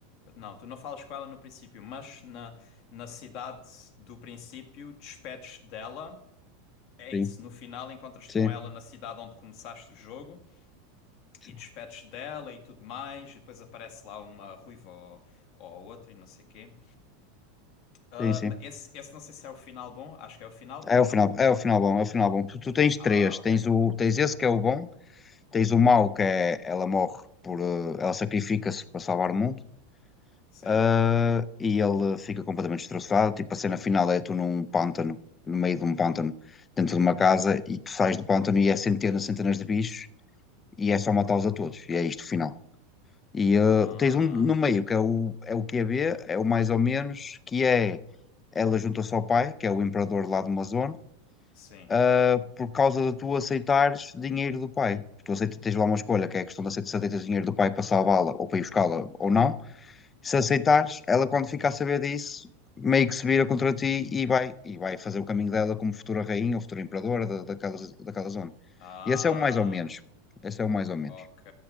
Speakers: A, on the left; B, on the left.
A: Não, tu não falas com ela no princípio, mas na, na cidade do princípio, despedes dela. É isso,
B: sim,
A: no final encontras-te
B: sim,
A: com ela na cidade onde começaste o jogo
B: sim,
A: e despedes dela e tudo mais, e depois aparece lá uma ruiva ou, ou outra e não sei o quê. Ah,
B: sim, sim.
A: mas esse, esse não sei se é o final bom, acho que é o final bom,
B: É o
A: não?
B: final, é o final bom, é o final bom. Tu, tu tens
A: Ah,
B: três,
A: ok.
B: tens o, tens esse que é o bom, tens o mau que é, ela morre por, eh, ela sacrifica-se para salvar o mundo,
A: Sim.
B: Ah, e ele fica completamente destroçado. Tipo, a cena final é tu num pântano, no meio de um pântano, dentro de uma casa, e tu sais do pântano e é centenas, centenas de bichos, e é só matá-los a todos. E é isto o final. E
A: Ah,
B: ah, tens um no meio, que é o, é o QB, é o mais ou menos, que é ela junta-se ao pai, que é o imperador lá de uma zona,
A: sim.
B: ah, por causa de tu aceitares dinheiro do pai. Tu aceitas, tens lá uma escolha, que é a questão de aceitar dinheiro do pai para salvá-la ou para ir buscá-la ou não se aceitares, ela quando ficar a saber disso, meio que se vira contra ti e vai, e vai fazer o caminho dela como futura rainha ou futura imperadora da, daquela, daquela zona.
A: Ah.
B: E esse é o mais ou menos. Esse é o mais ou menos.
A: Ok.